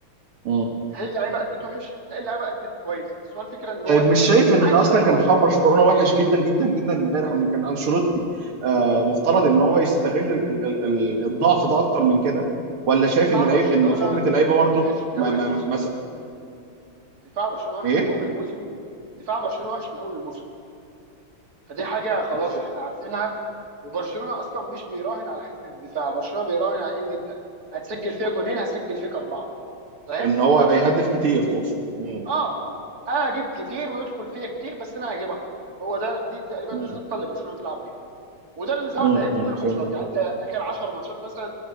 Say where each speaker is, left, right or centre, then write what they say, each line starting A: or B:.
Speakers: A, on the right (about 80°); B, on the right (about 45°).
A: مم.
B: هل اللعيبه ادت وحش؟ لا اللعيبه ادت كويس بس هو الفكره ان هو
A: طيب مش شايف ان
B: عنده
A: اصلا
B: لعيبه
A: كان
B: وحشه
A: دفاع برشلونه وحش جدا جدا جدا امبارح وان كان انشيلوتي آه، مفترض ان هو يستغل ال- ال- ال- ال- الضعف ده اكتر من كده ولا شايف
B: دفاع
A: ان العيب
B: برشلونه
A: ان فورمه اللعيبه برضه
B: وحش من اول
A: ما ما
B: الموسم
A: ما ما-
B: دفاع برشلونه وحش
A: ايه
B: من اول الموسم دفاع برشلونه وحش من اول الموسم فدي حاجه خلاص
A: طيب
B: احنا عارفينها وبرشلونه اصلا مش بيراهن على حته الدفاع برشلونه بيراهن على ان انت هتسجل فيها جونين هسجل فيك اربعه فاهم
A: ان هو هيهدف كتير تقصد مم.
B: اه هجيب كتير ويدخل فيا كتير بس انا هجيب اكتر هو ده دي تقريبا
A: مم.
B: الخطه اللي برشلونه بتلعب بيها وده اللي ظهر
A: مم.
B: تقريبا
A: مم.
B: في كل الماتشات
A: فهمت
B: يعني انت اخر 10 ماتشات مثلا